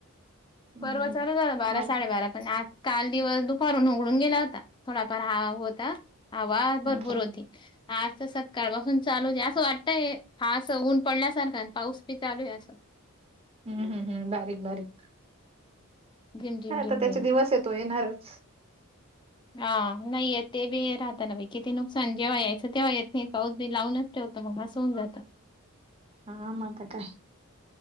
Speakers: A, on the right; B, on the left.
A: हम्म
B: परवा चालू राहिला बारा
A: हाव
B: साडेबारा पण आज काल दिवस दुपारून उघडून गेला होता. थोडाफार हवा होता हवा, भरपूर
A: हम्म हम्म
B: होती, आज तर सकाळपासूनच चालू असं वाटतय आसं, ऊन पडल्यासारख आणि पाऊस बि चालू आहे असं.
A: हम्म, हम् बारीक-बारीक
B: झिम झिम
A: आता
B: झिम
A: त्याचे
B: झिम
A: दिवस हे, तो येणारच.
B: हा नाहीयेत, ते बी राहतं ना बाई किती नुकसान जेव्हा यायचं तेव्हा येत नाही पाऊस बी लावूनच होतं मंग, असं होऊन जातं.
A: हा मं, आता काय?